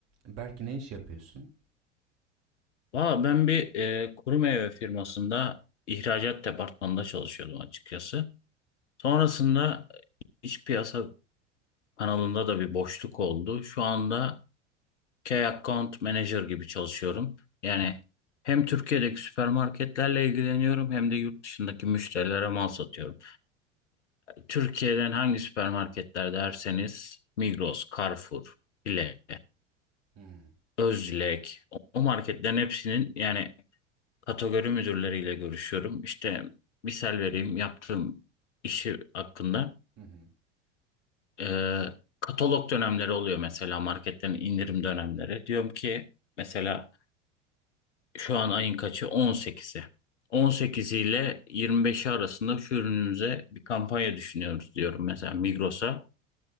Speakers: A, on the right (about 45°); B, on the left (about 70°).
A: Belki ne iş yapıyorsun?
B: Valla ben bir e, kuru meyve firmasında ihracat departmanında çalışıyordum açıkçası. Sonrasında iç piyasa kanalında da bir boşluk oldu. Şu anda Key Account Manager gibi çalışıyorum. Yani hem Türkiye'deki süpermarketlerle ilgileniyorum hem de yurt dışındaki müşterilere mal satıyorum. Türkiye'den hangi süpermarketler derseniz Migros, Carrefour, Bile,
A: Hmm,
B: Özlek o o marketlerin hepsinin yani kategori müdürleriyle görüşüyorum. İşte misal vereyim yaptığım işi hakkında.
A: Hı hı.
B: Ee, katalog dönemleri oluyor mesela marketten indirim dönemleri. Diyorum ki mesela şu an ayın kaçı? 18'i. 18 ile 25'i arasında şu ürünümüze bir kampanya düşünüyoruz diyorum mesela Migros'a.